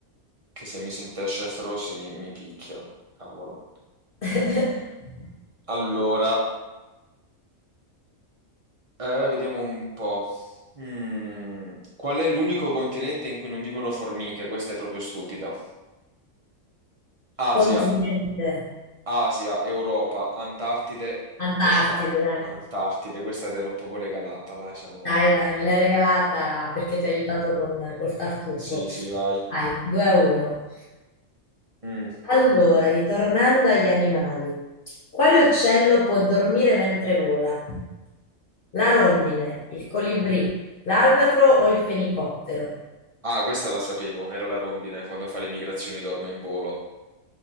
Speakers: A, on the right (about 35°); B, on the left (about 50°).
A: che se mi sente chef Rossi mi, mi picchia. Cavolo.
B: <laughs>
A: Allora... Eh, vediamo un po'. Mm, Qual è l'unico continente in cui non vivono formiche? Questa è proprio stupida. Asia,
B: Continente,
A: Asia, Europa, Antartide,
B: Antartide,
A: Oceani.
B: dai.
A: Antartide, questa te l'ho proprio regalata, dai, siamo...
B: Dai, dai, me l'hai regalata perché ti ho aiutato con, col tartufo.
A: Sì, sì, vai.
B: Dai, 2 a 1.
A: Mm.
B: Allora, ritornando agli animali. Quale uccello può dormire mentre vola? La rondine, il colibrì, l'albatro o il fenicottero?
A: Ah, questa la sapevo, era la rondine, quando fa le migrazioni dorme in volo.